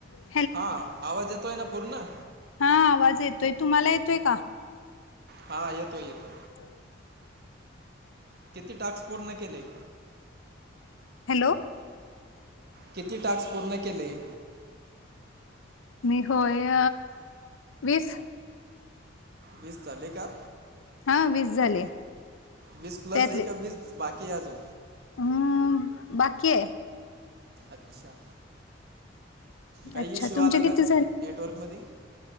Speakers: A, on the left (about 80°); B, on the right (about 50°).
A: हॅलो
B: हा आवाज येतोय ना पूर्ण
A: हा आवाज येतोय तुम्हाला येतोय का
B: हा येतो येतो
A: ह
B: किती टास्क पूर्ण केले
A: हॅलो
B: किती टास्क पूर्ण केले
A: मी होय वीस
B: वीस झाले का
A: हा वीस झाले
B: वीस प्लस
A: त्यातले
B: आहे का वीस बाकी क आजल
A: हम्म बाकी
B: अच्छा काही
A: अच्छा
B: इश्यू
A: तुमचे
B: आला
A: किती
B: का नेटवर्कमध्येध